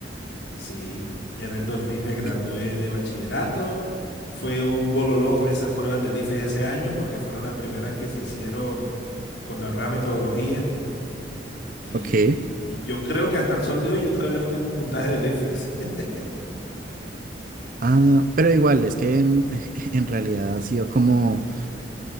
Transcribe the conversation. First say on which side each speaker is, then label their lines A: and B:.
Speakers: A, on the left; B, on the right.
A: sí. Y en el 2000 me gradué
B: Y-
A: de bachillerato. Fue un bololó esas pruebas del IFES ese año porque fueron las primeras que se hicieron con la nueva metodología. Y,
B: Ok.
A: y yo creo que hasta el sol de hoy yo todavía no tengo un puntaje de Leadface. <laughs>
B: Ah, pero igual, es que en, <laughs> en realidad ha sido como...